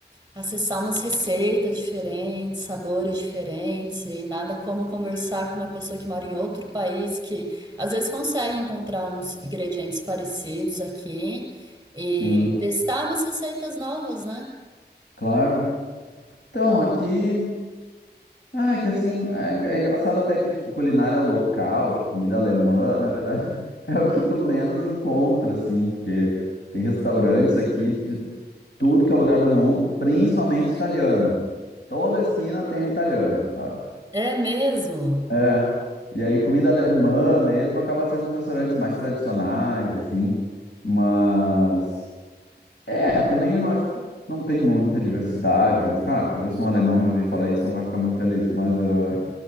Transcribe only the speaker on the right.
acessar umas receitas diferentes, sabores diferentes, e nada como conversar com uma pessoa que mora em outro país, que às vezes consegue encontrar uns ingredientes parecidos aqui e
testar umas receitas novas, né?
É mesmo.